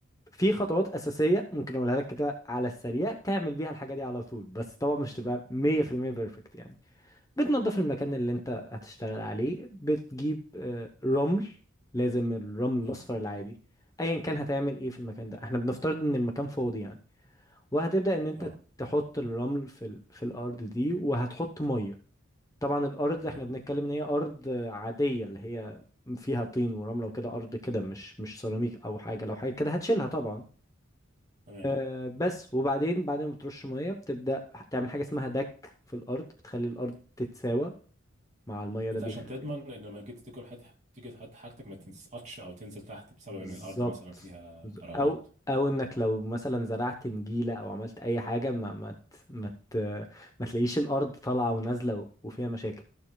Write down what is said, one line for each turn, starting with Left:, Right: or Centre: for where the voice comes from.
Left: في خطوات اساسيه ممكن اقولها لك كده على السريع تعمل بيها الحاجه دي على طول بس طبعا مش تبقى 100% بيرفكت يعني بتنظف المكان اللي انت هتشتغل عليه بتجيب آه، رمل لازم الرمل
Right: اه
Left: الاصفر العادي ايا كان هتعمل ايه في المكان ده احنا بنفترض ان المكان فاضي يعني وهتبدأ ان انت
Right: اه
Left: تحط الرمل في ال... في الارض دي وهتحط ميه طبعا الارض
Right: تمام
Left: احنا بنتكلم ان هي ارض آه، عادية اللي هي فيها طين ورملة وكده ارض كده مش مش سيراميك او حاجة لو حاجة كده هتشيلها طبعا
Right: تمام
Left: أه بس وبعدين بعد ما بترش ميه بتبدأ تعمل حاجة اسمها دك في الارض بتخلي الارض تتساوى مع المية ده
Right: انت
Left: بيخلي
Right: عشان تضمن ان لما جيت تيجي تحط تيجي تحط حاجتك ما تسقطش او تنزل تحت بسبب
Left: بالظبط
Right: ان الارض مثلا فيها
Left: بز-
Right: فراغات
Left: او او انك لو مثلا زرعت نجيلة او عملت اي حاجة ما ما ت- ما ت- ما تلاقيش الارض طالعة ونازلة و- وفيها مشاكل